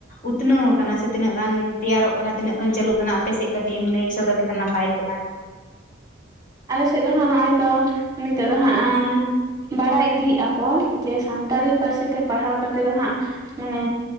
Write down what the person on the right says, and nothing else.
ᱟᱞᱮ ᱥᱮᱫ ᱫᱚ ᱦᱟᱸᱜ ᱱᱚᱜᱼᱚᱭ ᱛᱚ ᱱᱤᱛᱳ ᱫᱚ ᱦᱟᱸᱜᱼᱼ ᱵᱟᱲᱟᱭ ᱤᱫᱤᱭᱮᱫᱼᱟ ᱠᱚ ᱡᱮ ᱥᱟᱱᱛᱟᱲᱤ ᱯᱟᱹᱨᱥᱤ ᱛᱮ ᱯᱟᱲᱦᱟᱣ ᱠᱟ ᱠᱟᱛᱮᱫ ᱫᱚ ᱦᱟᱸᱜᱼᱼ ᱢᱟᱱᱮ